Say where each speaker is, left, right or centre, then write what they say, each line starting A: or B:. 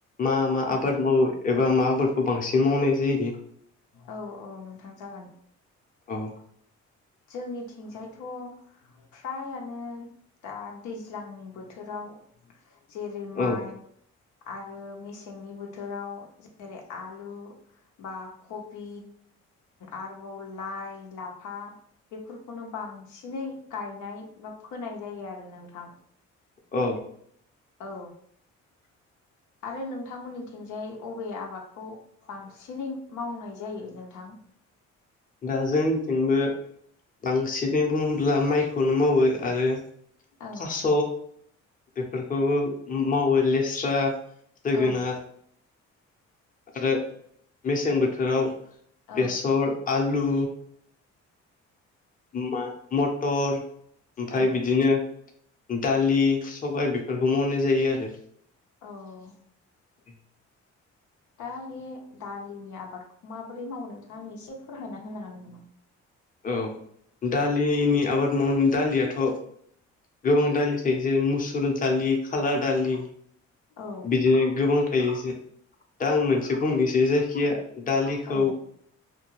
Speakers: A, on the left (about 25°); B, on the left (about 75°).
A: मा मा
B: औ
A: आबाद मावो एबा मा आबादखौ बांसिन मावनाय जायो।
B: औ औ नोंथां जागोन।
A: औ
B: जोंनिथिंजायथ' फ्रायानो दा दैज्लांनि बोथोराव जेरै--माइ
A: औ
B: आरो मेसेंनि बोथोराव जेरै--आलु बा कबि आरोबाव लाइ लाफा। बेफोरखौनो बांसिनै गायनाय बा फोनाय जायो आरो नोंथां।
A: औ
B: औ
A: <inaudible>
B: आरो नोंथांमोननिथिंजायै अबे आबादखौ बांसिनै मावनाय जायो नोंथां।
A: <inaudible> दा जोंनिथिंबो बांसिनै बुङोब्ला माइखौनो मावो आरो थास'
B: औ
A: बेफोरखौबो मावो लेस्रा जोगोनार
B: औ
A: आरो मेसें बोथोराव
B: औ
A: बेसर, आलु मा मटर ओमफ्राय
B: औ
A: बिदिनो दालि सबाय बेफोरखौ मावनाय जायो आरो।
B: औ
A: उम
B: दा बे दालिनि आबादखौ माबोरै मावो नोंथाङा आंनो एसे फोरमायना होनो हागोन नामा?
A: औ दालिनि आबाद मावनो दालियाथ' गोबां दालि थायो जेरै मुसुर दालि खालाक् दालि
B: औ
A: बिदिनो गोबां। थायो दा आं मोनसे बुंनोसै जायखिया दालिखौ
B: औ